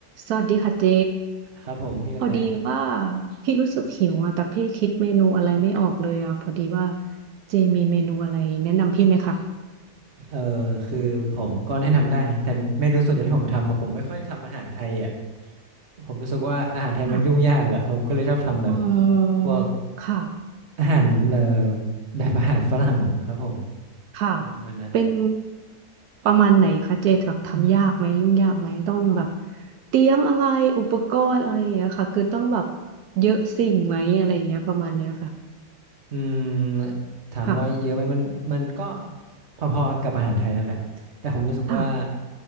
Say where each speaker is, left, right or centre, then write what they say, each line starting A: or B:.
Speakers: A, on the right; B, on the right.
A: สวัสดีค่ะเจ
B: ครับผมพี่กระแต
A: พอดีว่าพี่รู้สึกหิวอ่ะแต่พี่คิดเมนูอะไรไม่ออกเลยอ่ะพอดีว่าเจมีเมนูอะไรแนะนำพี่ไหมคะ
B: เออคือผมก็แนะนำได้นะแต่เมนูส่วนใหญ่ที่ผมทำอะผมไม่ค่อยทำอาหารไทยอ่ะผมรู้สึกว่าอาหารไทยมันยุ่งยากอ่ะผมก็เลยชอบทำแบบ
A: ค่ะอืม
B: พวก
A: ค่ะ
B: อาหารเออแบบอาหารฝรั่งครับผม
A: ค่ะ
B: อะไรประมาณนั้น
A: เป็นประมาณไหนคะเจแบบทำยากไหมยุ่งยากไหมต้องแบบเตรียมอะไรอุปกรณ์อะไรอย่างเงี้ยค่ะคือต้องแบบเยอะสิ่งไหมอะไรอย่างเงี้ยประมาณเนี้ยค่ะ
B: อืมถามว่าเยอะไหมมันมันก็
A: ค่ะ
B: พอๆกับอาหารไทยนั่นแหละแต่ผมรู้สึกว่า
A: ค่ะ